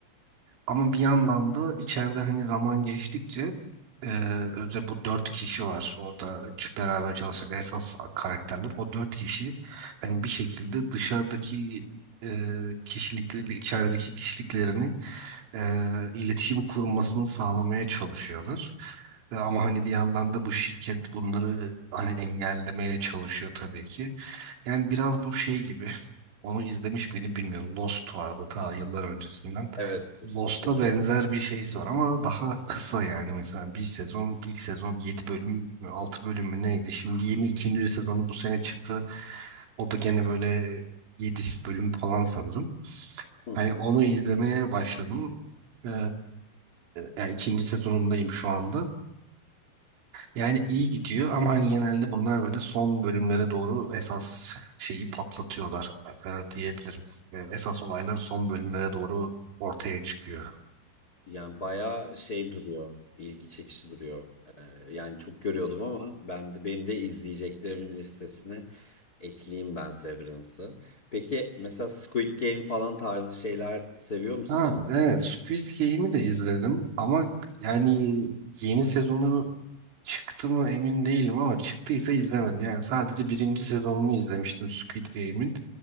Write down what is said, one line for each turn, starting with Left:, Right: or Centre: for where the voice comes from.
Right: ama bir yandan da içeride hani zaman geçtikçe e, özellikle bu dört kişi var orada ç- beraber çalışan esas karakterler. O dört kişi hani bir şekilde dışarıdaki e, kişilikleriyle içerideki kişiliklerini e, iletişim kurmasını sağlamaya çalışıyorlar. E, ama hani bir yandan da bu şirket bunları hani engellemeye çalışıyor tabii ki. Yani biraz bu şey gibi. <laughs> Onu izlemiş beni bilmiyorum. Lost vardı ta yıllar öncesinden.
Left: Evet,
Right: Lost'a
Left: hatırlıyorum.
Right: benzer bir şeysi var ama daha kısa yani mesela bir sezon ilk sezon 7 bölüm mü, 6 bölüm mü neydi? Şimdi yeni ikinci sezonu bu sene çıktı. O da gene böyle 7 bölüm falan sanırım.
Left: Hı hı.
Right: Hani onu izlemeye başladım. Ee, yani ikinci sezonundayım şu anda. Yani iyi
Left: Hı hı.
Right: gidiyor ama hani genelde bunlar böyle son bölümlere doğru esas şeyi patlatıyorlar e, diyebilirim. E, esas olaylar son bölümlere doğru ortaya çıkıyor.
Left: Yani bayağı şey duruyor, ilgi çekici duruyor. Ee, yani çok görüyordum ama ben de benim de izleyeceklerimin listesine ekleyeyim ben Severance'ı. Peki mesela Squid Game falan tarzı şeyler seviyor musun?
Right: Ha evet Squid Game'i de izledim ama yani yeni sezonu çıktı mı emin değilim ama çıktıysa izlemedim. Yani sadece birinci sezonunu izlemiştim Squid Game'in.